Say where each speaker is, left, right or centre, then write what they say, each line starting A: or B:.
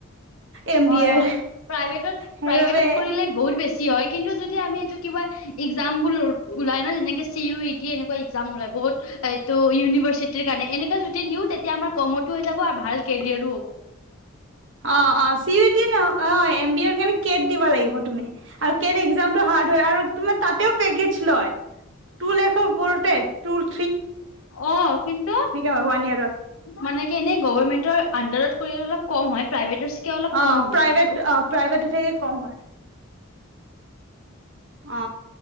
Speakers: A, on the right; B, on the left.
A: এম বি
B: হয়
A: এৰ
B: হয় প্ৰাইভেটত
A: সেইবাবে
B: প্ৰাইভেটত কৰিলে বহুত বেছি। হয় কিন্তু যদি আমি এই কিবা একজাম পোল ন যেনেকে চি ইউটি এনেকুৱা একজাম উলাই বহুত এইটো ইউনিভাৰ্চিটিৰ কাৰণে এনে য দিও তেতিয়া আমাৰ কমতো হৈ যাব আৰু ভাল কেৰিয়াৰো হ'ব।
A: অ অ চিইউটি অ এম বি এৰ কাৰণে কেট দিব লাগিব তুমি আৰু কেট একজাম হাৰ্ড হয়। আৰু তোমাৰ তাতেও <unintelligible> টো লাখৰ ওপৰতে টো লাখ
B: অ কিন্তু
A: হয় ওৱান ইয়াৰত
B: মানে কি এনেই গভমেন্টৰ আডাৰত। অলপ কম হয় প্ৰাইভেটৰ চিকে অলপ
A: অ
B: কম হ'ব
A: প্ৰাইভেট
B: কিন্তু।
A: অ প্ৰাইভেট এতে কম হয়। অ